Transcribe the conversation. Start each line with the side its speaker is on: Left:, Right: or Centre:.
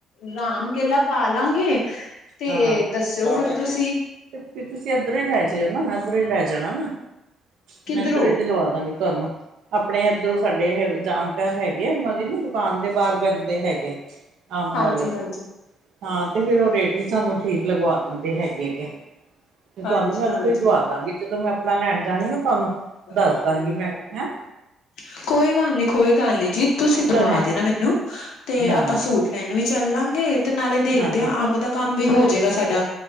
Left: ਰਾਮ ਕੇਲਾ ਪਾ ਲਾਂਗੇ। ਤੇ
Right: ਹਾਂ
Left: ਦੱਸਿਓ ਫਿਰ ਤੁਸੀਂ।
Right: ਤੇ ਫਿਰ ਤੁਸੀਂ ਇੱਧਰੋਂ ਹੀ ਲੈ ਜਾਉ ਨਾ ਇੱਧਰ ਹੀ ਲੈ ਜਾਣਾ ਨਾ
Left: ਕਿੱਧਰੋਂ
Right: ਮੈਂ ਇੱਧਰ ਹੀ ਦਿਲਵਾ ਦਾਂਗੀ ਤੁਹਾਨੂੰ। ਆਪਣੇ ਇੱਧਰੋਂ ਸਾਡੇ ਜਾਣਕਾਰ ਹੈਗੇ ਆ ਉਹਨਾਂ ਦੀ ਨਾ ਦੁਕਾਨ ਦੇ ਬਾਹਰ ਬਹਿੰਦੇ ਹੈਗੇ ਨੇ। ਅੰਬ
Left: ਹਾਂਜੀ-ਹਾਂਜੀ
Right: ਵਾਲੇ ਹਾਂ ਤੇ ਫਿਰ ਉਹ ਰੇਟ ਵੀ ਸਾਨੂੰ ਠੀਕ ਲਗਵਾ ਦਿੰਦੇ ਹੈਗੇ। ਤੇ
Left: ਹਾਂਜੀ-ਹਾਂਜੀ
Right: ਤੁਹਾਨੂੰ ਮੈਂ ਉੱਥੋਂ ਹੀ ਦਵਾ ਦਾਂਗੀ ਜਦੋਂ ਮੈਂ ਆਪਣਾ ਲੈਣ ਜਾਵਾਂਗੀ ਨਾ ਤੁਹਾਨੂੰ
Left: <inaudible>
Right: ਦੱਸ ਦਾਂਗੀ ਮੈਂ ਹੈਂ
Left: ਕੋਈ ਗੱਲ ਨੀ ਕੋਈ ਗੱਲ ਨੀ ਜੀ ਤੁੂੰਸੀਂ ਦਵਾ
Right: ਤੁਹਾਡੇ
Left: ਦੇ ਨਾ ਮੈਨੂੰ ਤੇ
Right: ਹਾਂ
Left: ਆਪਾਂ ਸੂਟ ਲੈਣ ਵੀ ਚੱਲ ਲਾਂਗੇ ਤੇ ਨਾਲੇ ਦੇਖਦੇ
Right: ਹਾਂ
Left: ਆ
Right: ਹਾਂ
Left: ਅੰਬ ਦਾ ਕੰਮ ਵੀ ਹੋ ਜਾਏਗਾ ਸਾਡਾ।